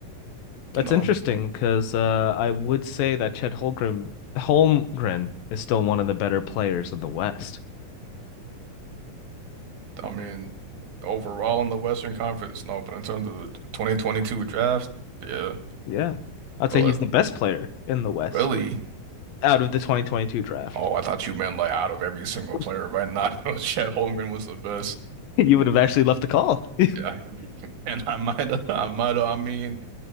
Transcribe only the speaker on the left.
that's
interesting because uh, I would say that Chet Holmgren, Holmgren is still one of the better players in the West.
Yeah, I'd
say he's the best player in the West
out of the 2022 draft.
<laughs>
You would have actually left the call. <laughs>